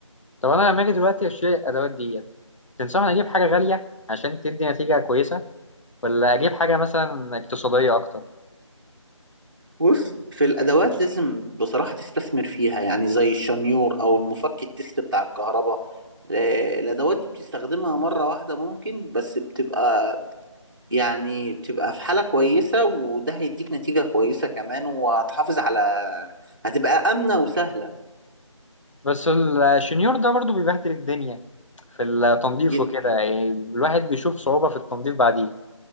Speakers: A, on the left (about 70°); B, on the right (about 40°).
A: طب انا لما اجي دلوقتي اشتري الادوات ديت تنصحني اجيب حاجه غاليه عشان تدي نتيجه كويسه ولا اجيب حاجه مثلا اقتصاديه اكتر
B: بص في الادوات لازم بصراحه تستثمر فيها يعني زي الشنيور او المفك التست بتاع الكهرباء آه، الادوات دي بتستخدمها مره واحده ممكن بس بتبقى يعني بتبقى في حالة كويسة وده هيديك نتيجة كويسة كمان وهتحافظ على هتبقى آمنة وسهلة
A: بس الشنيور ده برضو بيبهدل الدنيا في التنظيف
B: جدا
A: وكده يعني الواحد بيشوف صعوبة في التنظيف بعديه